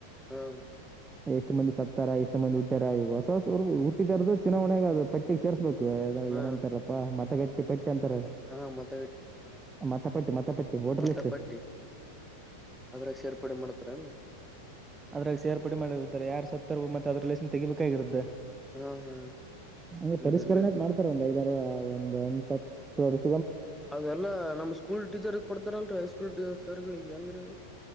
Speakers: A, in the centre; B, on the right.
A: ಹ್ಮ
B: ಎಷ್ಟ್ ಮಂದಿ ಸತ್ತಾರ ಎಷ್ಟ ಮಂದಿಟ್ಟ್ಯಾರ ಈಗ ಹೊಸ ಹೊಸರು ಹುಟ್ಟಿದಾರದು ಚನ್ನ ಒಣೆಗ ಅದು ಪಟ್ಟಿಿಗೆ ಸೇರ್ಸ್ಬೇಕು
A: ಹಾ
B: ಏನಂತಾರಪ್ಪಾ ಮತಗಟ್ಟಿ ಪಟ್ಟಿ ತ
A: ಹಾ ಮತಗಟ್ಟ ಪಟ್ಟಿ ಹ
B: ಮತಪಟ್ಟಿ ಮತಪಟ್ಟಿ ವೋಟರ್
A: ಮತ
B: ಲಿಸ್ಟ್
A: ಪಟ್ಟಿ ಅದ್ರಾಗ ಸೇರ್ಪಡೆ ಮಾಡ್ತಾರ ಅಲ್ಲ
B: ಅದ್ರಾಗಿ ಸೇರ್ಪಡೆ ಮಾಡಿರ್ರೆ ಯಾರ ಸತ್ತರ್ರು ಮತ್ತೆ ಅದ ರಿಲೇಷನ್ ತೆಬೇಕಾಗಿರುತ್ತೆ
A: ಹಾ ಹಾ
B: ಹಂಗ
A: ಹಿಂಗೇನ್ರಿ
B: ಪರಿಷ್ಕರಣೆತ್
A: ಇದು
B: ಮಾಡ್ತಾರೆ ಒಂದ್ ಐದಾರ ಒಂದ್ಎಂಟು ಹತ್ತು ವರ್ಷ
A: ಅದದೆಲ್ಲಾ ನಮ್ ಸ್ಕೂಲ್ ಟೀಚರ್ ಕೊಡ್ತಾರಲ್ರ ಹೈಸ್ಕೂಲ್ಟ ಸರ್ಗಳಗ್ ಹೆಂಗರೀ